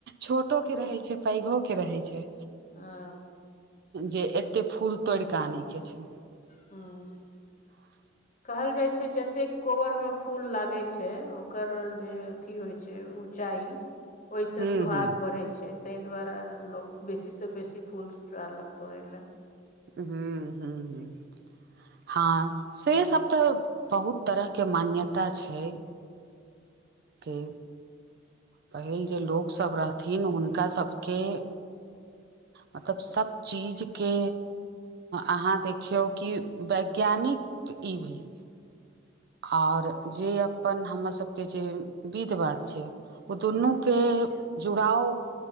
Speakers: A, on the right; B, on the left.
A: छोटो
B: हँ
A: के रहै छै पैघो के रहै छै
B: हँ
A: जे एतेक फूल तोड़िकऽ आनैके छै
B: हँ
A: <inaudible>
B: कहल जाइ छै जतेक कोबर में फूल लागे छै ओकर जे अथी होइ छै चाइ ओहिसँ
A: हूँ
B: सुहाग
A: हूँ
B: बढ़ै छै तै दुआरे लोग बेसी से बेसी फूल चारलक तोड़े ल
A: हूँ हूँ हूँ हँ से सब तऽ बहुत तरहके मान्यता छै के पहिल जे लोकसभ रहथिन हुनका सभके मतलब सभ चीजके अहाँ देखियौ कि वैज्ञानिक ई भी आओर जे अपन हमर सबके जे विध बाध छै ओ दुनूके जुड़ाओ